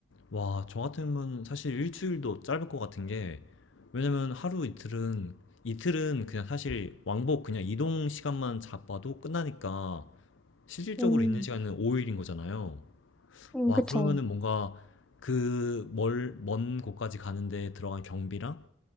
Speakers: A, on the left (about 70°); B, in the centre.
A: 와, 저 같으면 사실 일주일도 짧을 것 같은 게, 왜냐면 하루 이틀은, 이틀은 그냥 사실 왕복 그냥 이동 시간만 잡아도 끝나니까, 실질적으로
B: 음,
A: 있는 시간은 5일인 거잖아요.
B: 음,
A: 와,
B: 그쵸.
A: 그러면은 뭔가 그 멀, 먼 곳까지 가는데 들어간 경비랑